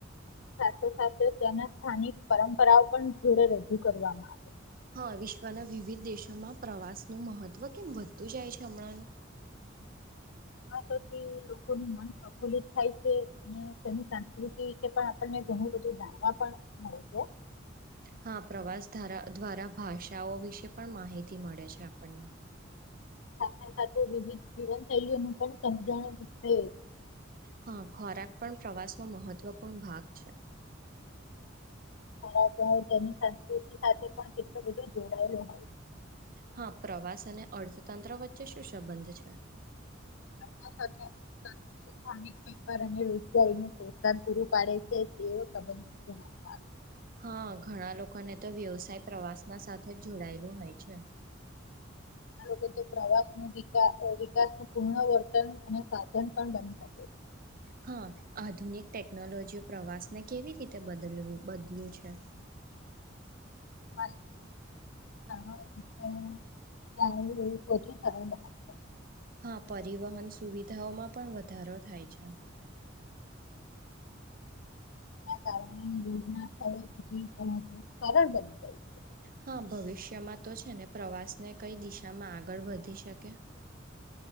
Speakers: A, on the left (about 70°); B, on the right (about 45°).
A: સાથે સાથે તેના સ્થાનિક પરંપરાઓ પણ જોડે રજૂ કરવામાં આવે
B: હ વિશ્વના વિવિધ દેશોમાં પ્રવાસનું મહત્વ કેમ વધતું જાય છે હમણાંનું
A: <unintelligible> થી લોકોનું મન પ્રફુલ્લિત થાય છે અને તેની સંસ્કૃતિ વિશે પણ આપને ઘણું બધું જાણવા પણ મળે છે
B: હા પ્રવાસ ધારા દ્વારા ભાષાઓ વિશે પણ માહિતી મળે છે આપણને
A: સાથે સાથે વિવિધ જીવનશૈલીઓ નો પણ સમજણું છે.
B: હા ખોરાક પણ પ્રવાસનો મહત્વપૂર્ણ ભાગ છે.
A: ખોરાક તો તેની સંસ્કૃતિ સાથે પણ કેટલો બધો જોડાયેલો હોય.
B: હા પ્રવાસ અને અર્થતંત્ર વચ્ચે શું સંબંધ છે.
A: પ્રવાસ અને સ્થાનિક વેપાર અને રોજગારીને પ્રોત્સાહન પૂરું પાડે છે તેવ સંબંધ જણવામાં આવે
B: હા ઘણા લોકોને તો વ્યવસાય પ્રવાસ ના સાથે જ જોડાયેલું હોય છે.
A: ઘણા લોકો તો પ્રવાસ નુ વિકા વિકાસનું પુર્ણ વર્તન અને સાધન પણ બની શકે
B: હા આધુનિક ટેકનોલોજી પ્રવાસને કેવી રીતે બદલ બદલ્યું છે.
A: <unintelligible>
B: હા પરિવહન સુવિધાઓમાં પણ વધારો થાય છે.
A: કારણે રોગના સ્થળો સુધી પહોચવું સરળ બની જાય
B: હા ભવિષ્યમાં તો છે ને પ્રવાસને કઈ દિશામાં આગળ વધી શકે